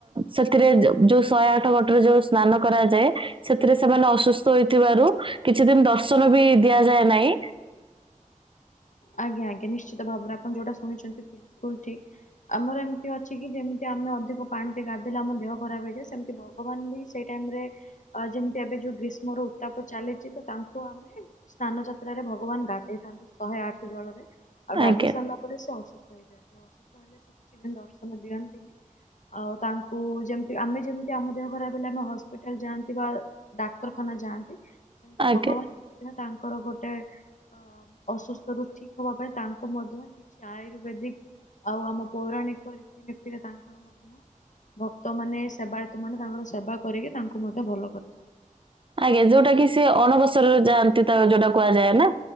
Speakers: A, on the right; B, on the left.
A: ସେଥିରେ ଯ ଯୋଉ ଶହେ ଆଠ ଘଟରେ ଯୋଉ ସ୍ନାନ କରାଯାଏ ସେଥିରେ ସେମାନେ ଅସୁସ୍ଥ ହୋଇଥିବାରୁ କିଛି ଦିନ୍ ଦର୍ଶନ ବି ଦିଆଯାଏ ନାଇଁ।
B: ଆଜ୍ଞା ଆଜ୍ଞା ନିଶ୍ଚିତ ଭାବରେ ଆପଣ ଯୋଉଟା ଶୁଣିଛନ୍ତି ବିଲକୁଲ୍ ଠି ଆମର ଏମ୍ତି ଅଛି କି ଯେମ୍ତି ଆମେ ଅଧିକ ପାଣି ରେ ଗାଧେଇଲେ ଆମ ଦେହ ଖରାପ୍ ହେଇଯାଏ ସେମ୍ତି ଭ ଭଗବାନ ବି ସେଇ ଟାଇମ୍ ରେ ଆ ଯେମ୍ତି ଏବେ ଯୋଉ ଗ୍ରୀଷ୍ମର ଉତ୍ତାପ ଚାଲିଚି ତ ତାଙ୍କୁ ଆମେ ସ୍ନାନ ଯାତ୍ରାରେ ଭଗବାନ୍ ଗାଧେଇଥାନ୍ତି ଶହେ ଆଠ୍ ଜଳରେ ଆଉ ଗାଧେଇ
A: ଆଜ୍ଞା
B: ସା <unintelligible> <unintelligible> ପରେ ସେ ଅସୁସ୍ଥ ହେଇଯାଆନ୍ତି ଅସୁସ୍ଥ ହେଲେ ସେ କିଛି ଦିନ୍ ଦର୍ଶନ ଦିଅନ୍ତିନି। ଆଉ ତାଙ୍କୁ ଯେମ୍ତି ଆମେ ଯେମ୍ତି ଆମ ଦେହ ଖରାପ୍ ହେଲେ ଆମେ ହସ୍ପିଟାଲ ଯାଆନ୍ତି ବା ଡାକ୍ତରଖାନା ଯାଆନ୍ତି। ସେମ୍ତି
A: ଆଜ୍ଞା
B: ଭଗବାନ ମଧ୍ୟ ତାଙ୍କର ଗୋଟେ ଅ ଅସୁସ୍ଥ ରୁ ହବା ପାଇଁ ତାଙ୍କୁ ମଧ୍ୟ କିଛି ଆୟୁର୍ବେଦିକ୍ ଆଉ ଆମ ପୌରାଣିକ ରୀତିନୀତିରେ ତାଙ୍କର ମଧ୍ୟ ଭକ୍ତ ମାନେ ସେବାୟତ ମାନେ ତାଙ୍କର ସେବା କରିକି ତାଙ୍କୁ ମଧ୍ୟ ଭଲ କରିଥାନ୍ତି।
A: ଆଜ୍ଞା ଯୋଉଟା କି ସିଏ ଅଣବସରରେ ଯାଆନ୍ତି ତା ଯୋଉଟା କୁହାଯାଏ ନା?